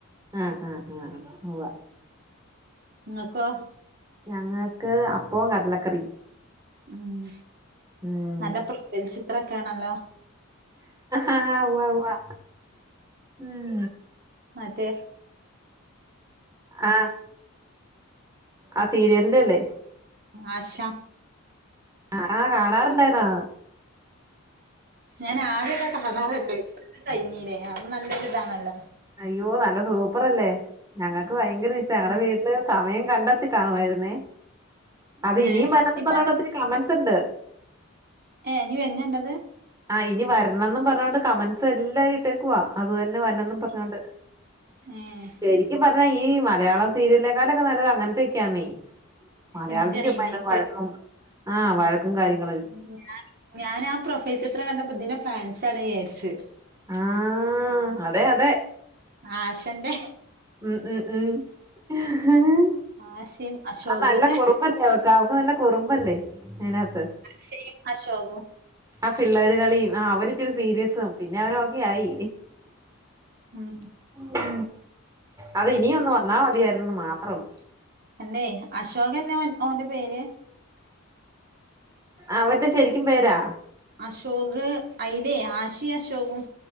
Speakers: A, on the right (about 15°); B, on the right (about 45°).
A: ആഹ് ആഹ് ആഹ് ഉവ്വ
B: ഇങ്ങക്കോ
A: ഞങ്ങക്ക് അപ്പം കടലക്കറി
B: ഉം
A: ഉം
B: നല്ല പ്രചലചിത്രൊക്കെയ ആണല്ലോ
A: ആ ഉവ്വ ഉവാ ഉം
B: മത്തേ
A: ആഹ് ആ സീരിയലിന്റെ അല്ലേ
B: അശ
A: ആഹ കാണാറുണ്ടായിന്നോ
B: ഞാൻ ആരെയൊക്കെ കാണാറണ്ട് കഴഞ്ഞീലേ അത് നല്ല ഇതാണല്ലോ
A: അയ്യോ നല്ല സൂപ്പർല്ലേ ഞങ്ങൾക്ക് ഭയങ്കര ഇഷ്ട ഞങ്ങളടെ
B: ഉം
A: വീട്ട സമയം കണ്ടെത്തി കാണുുവമായിരുന്നേ അത്
B: ഏ
A: ഇനിയും വരന്ന്
B: ഇപ്പ
A: പറഞ്ഞണ്ട് ഒത്തിരി കമനസുണ്ട്
B: ഏ ഇനി വന്നെയ ഉണ്ടത്
A: ആ് ഇനി വരണംന്നും പറഞ്ഞോൊണ്ട് കമൻസ് എല്ലാ ഇട്ടേക്ക്വാ അത് തന്നെ വനും പറഞ്ഞോണ്ട്
B: ഏ
A: ശ എനിക്ക് പറഞ്ഞ ഈ മലയാളം സീരിയലിനക്കളൊക്കെ നല്ല അങ്ങനത്തെൊക്കെയാന്നീ മലയാളത്തിൽ
B: ഹിന്ദി റീമേക്ക്
A: ചുമ വഴക്കും ആഹ വഴക്കും കാര്യങ്ങള
B: ഉ ഞാൻ ഞാൻ ആ പ്രൊഫൈൽ ചിത്രം കണ്ടപ്പോ ഇതിെ ഫാൻസ ആണ് വിചാരിച്ചു
A: ആഹ അതെ അതെ
B: ആശന്റെ
A: ഉ ഉം ഉം
B: ആഷിം അശോക്
A: ആ നല്ല കുറുമ്പല്ലേ അവക്ക് അവക്ക് നല്ല കുറുമ്പല്ലേ അതിനകത്ത്
B: ശ അശോകു
A: ആ പിള്ളേര് കളിയും അവന ഇച്ചിരി സീരിയസ പിന്നെ അവനൊക്കെ ആയി
B: ഉം
A: ഉ അത് ഇനിയ ഒന്ന് വന്നാൽ മതിയായിരുന്ന് മാത്രള്ളൂ
B: അല്ലെ അശോക് എന്നാ ഓന്റെ പേര്
A: അവന്റെ ശരിക്കും പേരാ
B: അശോക് അയ്ലെ ആശി അശോകും